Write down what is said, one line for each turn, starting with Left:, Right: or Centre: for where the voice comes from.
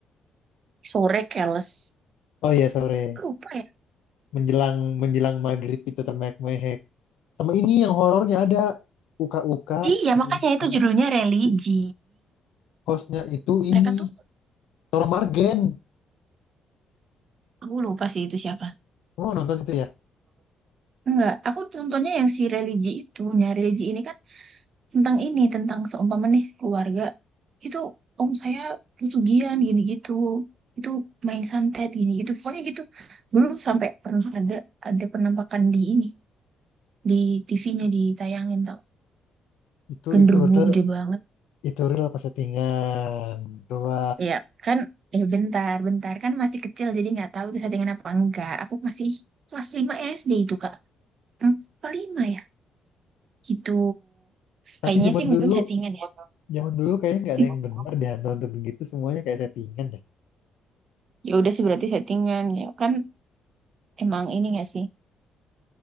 Right: sore keles
Left: Oh iya sore
Right: lupa ya
Left: menjelang menjelang maghrib itu termehek-mehek. Sama ini yang horornya ada. Uka-uka.
Right: iya
Left: yang
Right: makanya itu
Left: host-
Right: judulnya religi
Left: Hostnya itu
Right: mereka
Left: ini.
Right: tuh
Left: Toro Margen.
Right: aku lupa sih itu siapa
Left: Kamu nonton itu ya?
Right: enggak aku nontonnya yang si religi itu nah religi ini kan tentang ini tentang seumpama nih keluarga itu om saya pesugihan gini gitu itu main santet gini gitu pokoknya gitu dulu sampai pernah ada ada penampakan di ini di TV-nya ditayangin tau
Left: Itu
Right: genderuwo
Left: itu horor
Right: gede banget
Left: Itu real pas settingan. Coba.
Right: ya kan eh bentar bentar kan masih kecil jadi nggak tahu itu settingan apa enggak aku masih kelas 5 SD itu kak hmm, apa 5 ya gitu
Left: Tapi
Right: kayaknya
Left: zaman
Right: sih mungkin
Left: dulu,
Right: settingan ya
Left: zaman dulu kayaknya
Right: <laughs>
Left: nggak ada yang benar deh Hantu untuk begitu semuanya kayak settingan deh.
Right: ya udah sih berarti settingan ya kan emang ini nggak sih